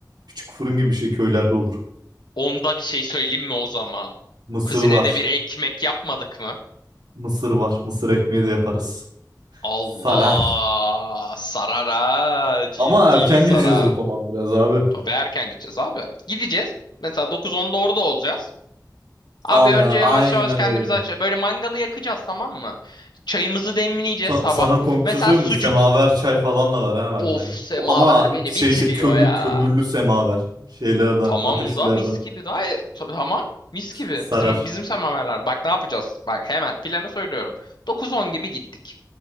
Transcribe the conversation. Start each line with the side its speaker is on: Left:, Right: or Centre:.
Right: Küçük fırın gibi bir şey köylerde olur.
Left: Onda bir şey söyleyeyim mi o zaman?
Right: Mısır
Left: Kuzine
Right: var.
Left: de bir ekmek yapmadık mı?
Right: Mısır var. Mısır ekmeği de yaparız.
Left: Allah
Right: Sarar.
Left: sarar ha ciddili
Right: Ama erken
Left: sarar.
Right: gideceğiz o zaman biraz abi.
Left: Ve erken gideceğiz abi. Gideceğiz. Mesela 9-10'da orada olacağız. Abi
Right: Aynen,
Left: önce
Right: aynen
Left: yavaş yavaş kendimizi
Right: öyle.
Left: aç. Böyle mangalı yakacağız tamam mı? Çayımızı demleyeceğiz
Right: Sa-
Left: sabah.
Right: sana komik bir
Left: Mesela
Right: şey söyleyeyim
Left: sucuk.
Right: mi? Semaver çay falan da var ha bende.
Left: Of semaver
Right: O- ama
Left: beni
Right: şey
Left: bitiriyor
Right: işte kömü-
Left: ya.
Right: kömürlü semaver. Şeylerden,
Left: Tamam
Right: ateşlilerden.
Left: da mis gibi daha tamam mis gibi.
Right: Sarar.
Left: Bizim bizim semaverler. Bak ne yapacağız? Bak hemen planı söylüyorum. dokuz on gibi gittik.